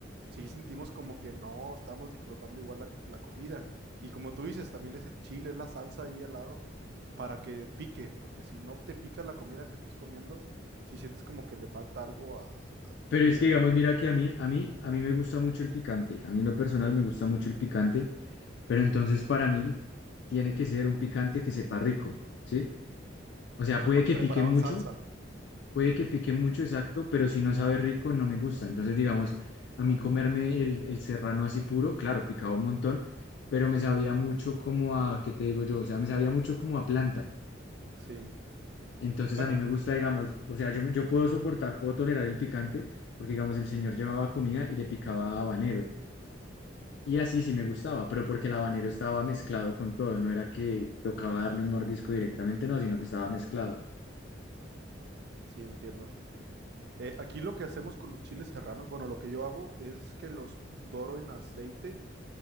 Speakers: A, on the right; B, on the left.
A: sí sentimos como que no estamos disfrutando igual la, la comida. Y como tú dices, también es el chile, es la salsa ahí al lado para que pique, porque si no te pica la comida que estás comiendo, si sientes como que le falta algo a, a tu
B: Pero
A: comida,
B: es que,
A: no
B: digamos,
A: estás disfrutando.
B: mira que a mí, a mí, a mí me gusta mucho el picante. A mí en lo personal me gusta mucho el picante, pero entonces para mí tiene que ser un picante que sepa rico, ¿sí? O sea,
A: O sea,
B: puede
A: más
B: que
A: preparado
B: pique mucho,
A: en salsa.
B: puede que pique mucho, exacto, pero si no sabe rico, no me gusta. Entonces, digamos, a mí comerme el, el serrano así puro, claro, picaba un montón, pero me sabía mucho como a, ¿qué te digo yo? O sea, me sabía mucho como a planta.
A: Sí.
B: Entonces
A: Bueno,
B: a mí me gusta, digamos, o sea, yo, me- yo puedo soportar, puedo tolerar el picante, porque digamos, el señor llevaba comida y le picaba habanero. Y así sí me gustaba, pero porque el habanero estaba mezclado con todo, no era que tocaba darle un mordisco directamente, no, sino que estaba mezclado.
A: sí entiendo. Eh, aquí lo que hacemos con los chiles serranos, bueno, lo que yo hago es que los doro en aceite